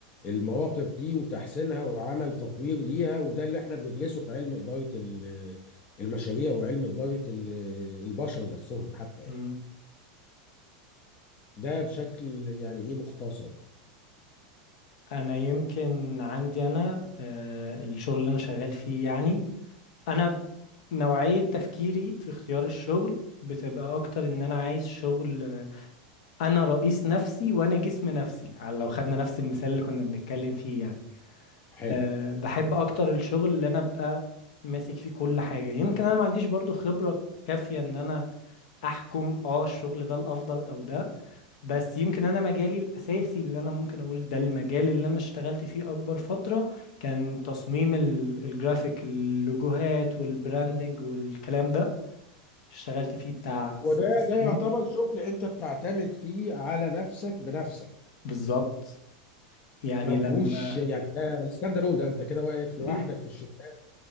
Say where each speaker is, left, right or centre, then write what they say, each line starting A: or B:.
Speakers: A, on the left (about 40°); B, on the left (about 70°).
A: المواقف دي وتحسينها وعمل تطوير ليها وده اللي احنا بندرسه في علم اداره ال- المشاريع وعلم اداره ال- البشر نفسهم حتى يعني
B: امم
A: ده بشكل يعني ايه مختصر
B: انا يمكن عندي انا آه الشغل اللي انا شغال فيه يعني انا نوعية تفكيري في اختيار الشغل بتبقى اكتر ان انا عايز شغل آه، انا رئيس نفسي وانا جسم نفسي على لو خدنا نفس المثال اللي كنا بنتكلم فيه يعني
A: حلو
B: أه بحب اكتر الشغل اللي انا ابقى ماسك فيه كل حاجة يمكن انا ما عنديش برضو خبرة كافية ان انا احكم اه الشغل ده الافضل او ده بس يمكن انا مجالي الاساسي اللي انا ممكن اقول ده المجال اللي انا اشتغلت فيه اكبر فترة كان تصميم ال- الجرافيك اللوجوهات والبراندنج والكلام ده اشتغلت فيه بتاع
A: وده
B: ست سنين
A: ده يعتبر شغل انت بتعتمد فيه على نفسك بنفسك
B: بالظبط يعني
A: ما فيهوش
B: لما
A: يعني ده ستاند الون ده انت كده واقف لوحدك
B: مم،
A: في الشغلانه